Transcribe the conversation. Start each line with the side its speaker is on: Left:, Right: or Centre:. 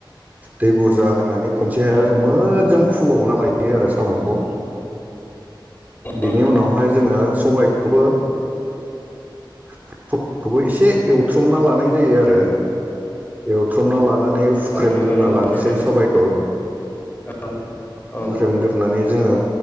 Right: दै बुरजा होनानै खनसे आरो मोजां फुबावना लायो आरो साम'खौ बिनि
Left: औ
Right: उनावहाय जोङो सबायखौबो <unintelligible> खौबो एसे एव बुथमना लानाय जायो आरो बेयाव बुख्रमना लानानै फुख्रेमग्रोनना
Left: नंगौ नंगौ
Right: लानोसै
Left: थिगानो
Right: सबाइ औ
Left: औ औ
Right: फुख्रेमगोरनानै जोङो